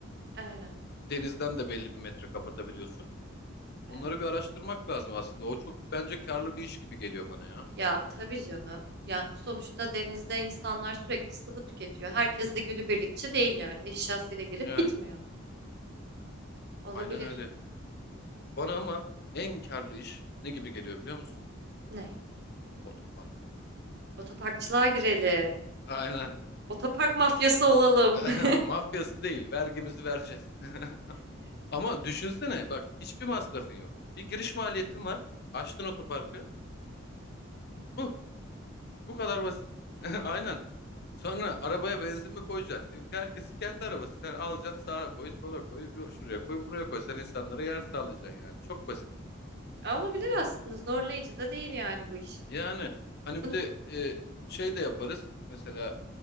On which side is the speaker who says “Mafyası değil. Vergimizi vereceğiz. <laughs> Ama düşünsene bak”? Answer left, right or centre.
Left